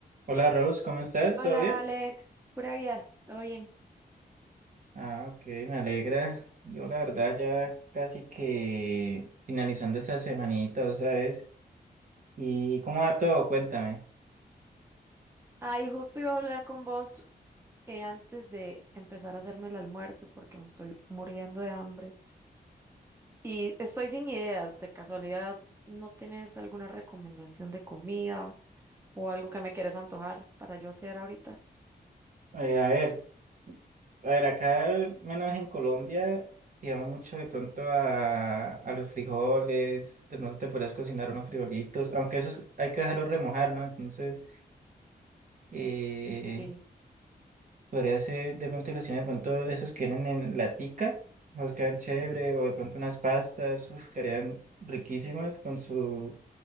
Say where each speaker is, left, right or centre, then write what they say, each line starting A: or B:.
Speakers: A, on the right; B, on the right.
A: Hola Rose, ¿cómo estás?
B: Hola
A: ¿Todo bien?
B: Alex, pura vida, ¿todo bien?
A: Ah, ok, me alegra. Yo la verdad ya casi que finalizando esta semanita, ¿sabes? ¿Y cómo va todo? Cuéntame.
B: Ay, justo iba a hablar con vos eh, antes de empezar a hacerme el almuerzo porque me estoy muriendo de hambre y estoy sin ideas, de casualidad, ¿no tienes alguna recomendación de comida o algo que me quieres antojar para yo hacer ahorita?
A: Eh, a ver, a ver, acá al menos en Colombia, digamos mucho de pronto a, a los frijoles, de pronto te podrías cocinar unos frijolitos, aunque esos hay que dejarlos remojar, ¿no? Entonces, eh,
B: Sí.
A: Podría ser de pronto cocinar de pronto esos que vienen en latica, nos quedan chévere, o de pronto unas pastas, uf, quedarían riquísimas con su